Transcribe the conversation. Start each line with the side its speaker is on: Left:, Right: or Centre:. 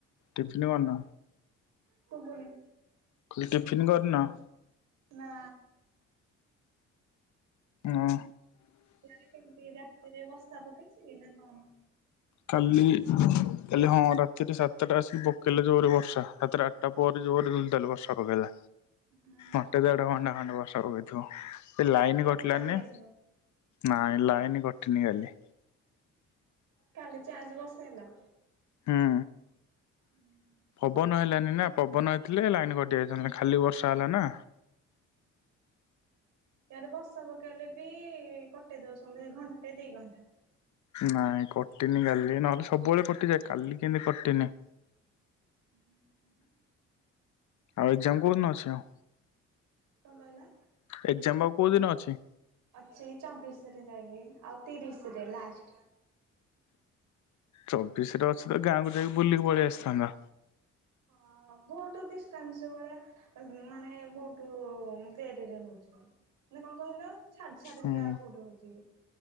Left: ଟିଫିନ କରନା।
Right: ଶୁଭୁନି।
Left: କହିଲି ଟିଫିନ କରନ।
Right: ନା।
Left: ହଁ।
Right: ସିଆରେ କେମିତି ରାତିରେ ବସା ପକେଇ ଛିନା। ହଁ।
Left: କାଲି କାଲି ହଁ ରାତିରେ ସାତଟା ଆସିକି ପକେଇଲା ଜୋରରେ ବର୍ଷା ରାତିରେ ଆଠଟା ପରେ ଜୋରେ। ବର୍ଷା ପକେଇଲା
Right: ହୁଁ
Left: ଘଣ୍ଟେ ଦେଢଘଣ୍ଟା ଖଣ୍ଡେ ବର୍ଷା ପକେଇଥିବ ସେ ଲାଇନ
Right: କରେଣ୍ଟ
Left: କଟିଲା
Right: ଚାଲି
Left: ନି
Right: ଆସିବ।
Left: ନାଁ ଲାଇନି କଟିନି କାଲି।
Right: କାଲି ଚାର୍ଜ ବସେଇଲ।
Left: ହୁଁ।
Right: <unintelligible>
Left: ପବନ ହେଲାନି ନା ପବନ ହେଇଥିଲେ ଲାଇନ କଟି ଯାଇଥାନ୍ତା ଖାଲି ବର୍ଷା ହେଲା ନା।
Right: ତାର ବର୍ଷା ପକେଇଲେ ବି କଟେଇ ଦଉଛନ୍ତି ଘଣ୍ଟେ ଦି ଘଣ୍ଟା।
Left: ନାଇଁ କଟିନି କାଲି ନହେଲେ ସବୁବେଳେ କଟିଯାଏ କାଲି କେମିତି କଟିନି।
Right: <unintelligible>
Left: ଆଉ ଏକ୍ଜାମ କୋଉନ ଅଛି ଆଉ।
Right: କଣ କହିଲ?
Left: ଏକ୍ଜାମ ଆଉ କୋଉ ଦିନ ଅଛି।
Right: ଅଛି ଚବିଶ ରେ ଯାଇକି ଆଉ ତିରିଶରେ ଲାଷ୍ଟ।
Left: ଚବିଶରେ ଅଛି ତ ଗାଁକୁ ଯାଇକି ବୁଲିକି ପଳେଇ ଆସିଥାନ୍ତା।
Right: ହଁ ବହୁତ ଡିଷ୍ଟାନ୍ସ ଭଳିଆ ମାନେ ବହୁତ ଦେରିରେ ହଉଛି ମାନେ କଣ କହିଲ। ଛାଡ ଛାଡି
Left: ହୁଁ।
Right: କା ବହୁତ ହୋଉଛି ।